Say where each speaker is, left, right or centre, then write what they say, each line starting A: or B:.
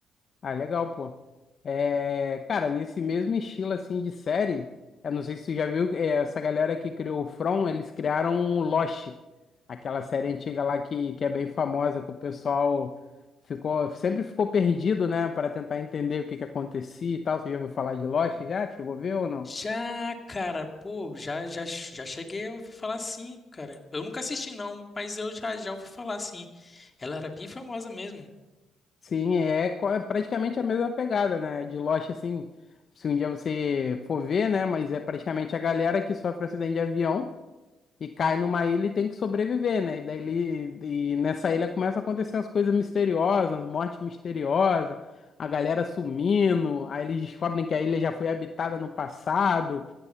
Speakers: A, on the left; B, on the left.
A: Ah, legal, pô. É, cara, nesse mesmo estilo assim de série, eu não sei se tu já viu, é, essa galera que criou o From, eles criaram o Lost, aquela série antiga lá que, que é bem famosa, que o pessoal ficou, sempre ficou perdido, né, para tentar entender o que que acontecia e tal. Você já ouviu falar de Lost já? Chegou a ver ou não?
B: Já, cara, pô, já, já, já cheguei a ouvir falar sim, cara. Eu nunca assisti não, mas eu já, já ouvi falar sim. Ela era bem famosa mesmo.
A: Sim, é co- é praticamente a mesma pegada, né? De Lost, assim, se um dia você for ver, né? Mas é praticamente a galera que sofre acidente de avião. E cai numa ilha e tem que sobreviver, né? E daí ele, e nessa ilha começa a acontecer as coisas misteriosas, morte misteriosa, a galera sumindo, aí eles descobrem que a ilha já foi habitada no passado.